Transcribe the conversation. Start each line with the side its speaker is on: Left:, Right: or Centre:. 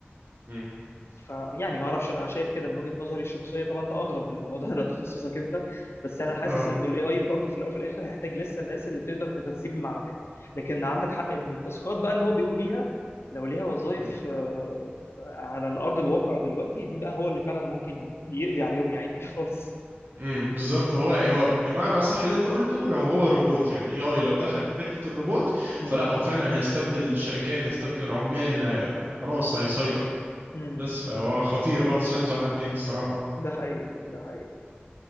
Right: مم.
Left: فيعني ما اعرفش انا شايف كده من وجهة نظري الشخصيه طبعا انت اضرب بالموضوع ده <laughs> ده تخصصك انت بس انا حاسس
Right: اه
Left: انه الاي اي برضه في الاول وفي الاخر هيحتاج لسه الناس اللي تقدر تغذيه بمعلومات لكن عندك حق ان التاسكات بقى اللي هو بيقوم بيها لو ليها وظائف
Right: مم.
Left: آه، على الارض الواقع دلوقتي دي بقى هو اللي فعلا ممكن يقضي عليهم يعني <laughs> خالص
Right: امم بالظبط هو هو بمعنى اصح اللي انت قلته لو هو روبوت يعني الاي اي لو دخل في حته الروبوت
Left: امم
Right: فلا هو فعلا هيستبدل الشركات هيستبدل العمال هي- خلاص هيسيطر
Left: امم
Right: بس فهو
Left: أمم.
Right: خطير برضه سلاح ذو حدين الصراحه
Left: ده حقيقي ده حقيقي